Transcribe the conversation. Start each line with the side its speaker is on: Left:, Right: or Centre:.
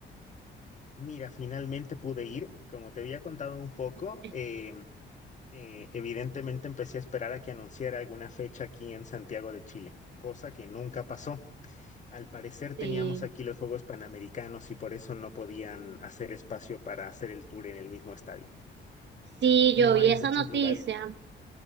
Left: Mira, finalmente pude ir. Como te había contado un poco,
Right: <laughs>
Left: eh, eh, evidentemente empecé a esperar a que anunciara alguna fecha aquí en Santiago de Chile, cosa que nunca pasó. Al parecer
Right: Sí.
Left: teníamos aquí los Juegos Panamericanos y por eso no podían hacer espacio para hacer el tour en el mismo estadio.
Right: Sí,
Left: No
Right: yo vi
Left: hay
Right: esa
Left: muchos
Right: noticia
Left: lugares